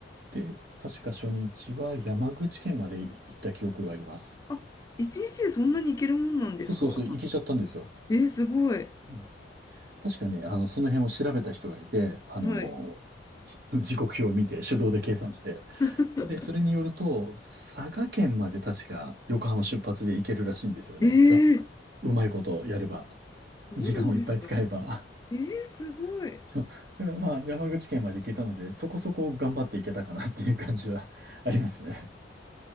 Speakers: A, on the right; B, on the left.
A: で、確か初日は山口県まで行った記憶があります。
B: あ、一日でそんなに行けるもんなんですか。
A: そうそうそう、行けちゃったんですよ。
B: えー、すごい。
A: うん確かね、あの、その辺を調べた人がいて、あの、
B: はい。
A: 時刻表を見て、手動で計算して、
B: <laughs>
A: で、それによると、佐賀県まで確か横浜出発で行けるらしいんですよね。
B: えー、
A: が、うまいことやれば、
B: そうなんですか。
A: 時間をいっぱい使えば。
B: えー、すごい。
A: <laughs> そうまあ、山口県まで行けたので、そこそこ頑張って行けたかなっていう感じはありますね。